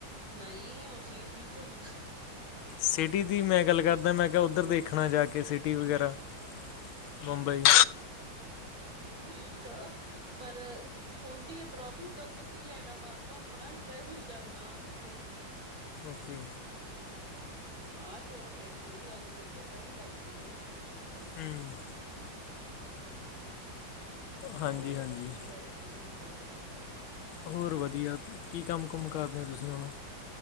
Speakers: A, on the right; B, on the left.
A: ਨਈ ਓ ਸੀਟੀ ਚ ਹੁੰਦਾ।
B: ਸਿਟੀ ਦੀ ਮੈਂ ਗੱਲ ਕਰਦਾ ਮੈਂ ਕਿਆ ਉੱਧਰ ਦੇਖਣਾ ਜਾ ਕੇ ਸਿਟੀ ਵਗੈਰਾ। ਮੁੰਬਈ।
A: ਠੀਕ ਆ ਪਰ ਹੁੰਦੀ ਆ ਟ੍ਰੈਫਿਕ ਤਾਂ ਆਪਾਂ ਕੀ ਲੈਣਾ ਵਾ, ਆਪਾਂ ਆਪਣਾ ਟਰੈਵਲ ਕਰਨਾ ਔ ਨੇ ਤੇ
B: ਓਕੇ।
A: ਆ ਚਲੋ ਫੇਰ ਕੋਈ ਗੱਲ ਨੀ ਫੇਰ ਪਤਾ ਵੀ ਲੱਗ ਜੂ ਤੁਹਾਨੂੰ ਦੇਖਣ ਦਾ।
B: ਹੂੰ ਹਾਂਜੀ
A: ਹੋਰ
B: ਹਾਂਜੀ
A: ਬਾਕੀ ਸਾਰੇ ਕਿਵੇਂ ਨੇ ਹੋਰ ਦੱਸੋ?
B: ਹੋਰ ਵਧੀਆ ਕੀ ਕੰਮ ਕੁਮ ਕਰਦੇ ਓ ਤੁਸੀਂ ਹੁਣ?